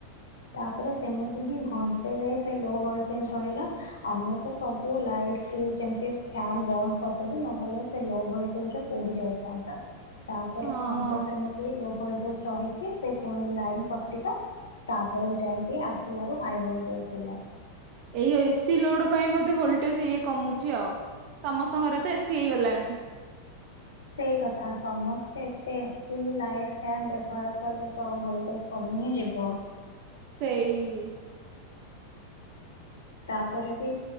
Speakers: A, on the left; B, on the right.
A: ତାପରେ ସେମିତି ହିଁ ଘଣ୍ଟେ ଯାଇ ସେ ଲୋ ଭୋଲଟେଜ ରହିଲା ଆମେ ତ ସବୁ ଲାଇଟ ଫ୍ରିଜ ଏମତି ଫ୍ୟାନ ବନ୍ଦ କରିଦେଲୁ ନହେଲେ ସେ ଲୋ ଭୋଲଟେଜରେ ପୋଡି ଯାଇଥାନ୍ତା। ତାପରେ
B: ହଁ
A: ଘଣ୍ଟେ ସେମିତି ଲୋ ଭୋଲଟେଜ ରହିକି ସେ ପୁଣି ଲାଇନ କଟିଲା। ତାପରେ ଯାଇଁକି ଆସିଲାରୁ ହାଇ ଭୋଲଟେଜ ଥିଲା।
B: ଏଇ ଏସି ଲୋଡ ପାଇଁ ବୋଧେ ଭୋଲଟେଜ ଇଏ କମୁଛି ଆଉ ସମସ୍ତଙ୍କ ଘରେ ତ ଏସି ହେଇଗଲାଣି।
A: ସେଇ କଥା ସମସ୍ତେ ଏତେ ଏସି ଲାଇକ୍ ଫ୍ୟାନ୍ ବ୍ୟବହାର କଲେ ତ ଭୋଲଟେଜ କମି ହିଁ ଯିବ।
B: ସେଇ
A: ତାପରେ ବି